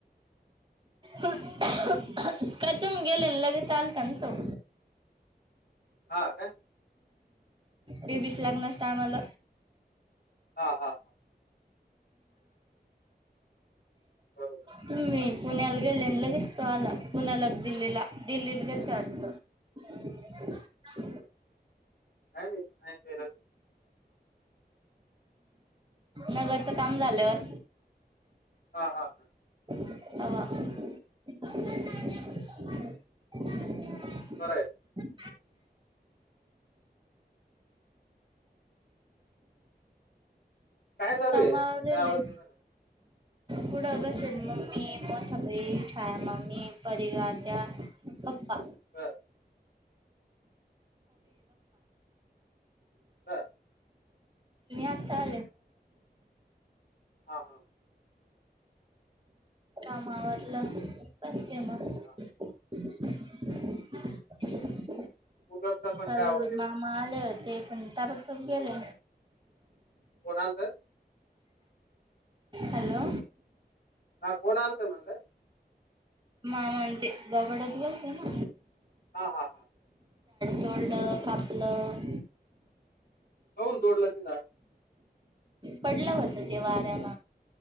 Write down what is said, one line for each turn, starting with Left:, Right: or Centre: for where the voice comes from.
Right: हम हा कचम गेले लगे चालत ना तो
Left: हा काय?
Right: ते बीस लागणारसता आम्हाला
Left: हा हा हा बरोबर
Right: तुम्ही पुण्याला गेले आणि लगेचतो आला पुण्याला दिल्लीला दिल्लीला गेलता वातत. <inaudible>
Left: ह इ नाही ते
Right: नगरच काम झाल्यावर
Left: हा हा
Right: आ
Left: बराय
Right: <inaudible> <unintelligible>
Left: काय चालू
Right: तमर
Left: आहे काय आवाज
Right: ल
Left: येऊ राहिला
Right: पुढं बसल मम्मी पन सळी छाया मम्मी परी ग आत्या अ गपपा
Left: बर हा
Right: मी आता
Left: हा हा
Right: कामावरलं बस म
Left: हा
Right: <unintelligible>
Left: कूलरचा पण
Right: काल
Left: नाही आवाज आहे ब
Right: मामा आले होते पण ताबडतोब गेले
Left: होणाल तर
Right: हॅलो
Left: हा कोण आलत म्हणलं
Right: म म ते बाबाडधिकाते ना
Left: हा हा हा
Right: दंडं पासलं
Left: होऊन तोडलं ते झाड
Right: पडलं होतं ते वाऱ्यान